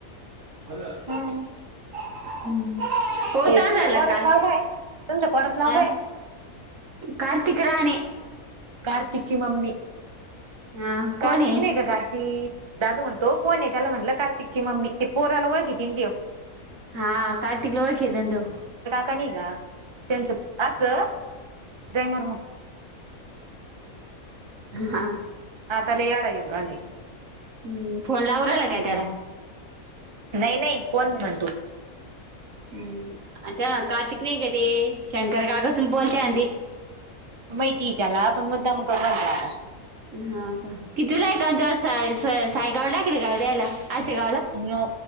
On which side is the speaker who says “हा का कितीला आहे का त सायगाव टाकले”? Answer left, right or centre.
Right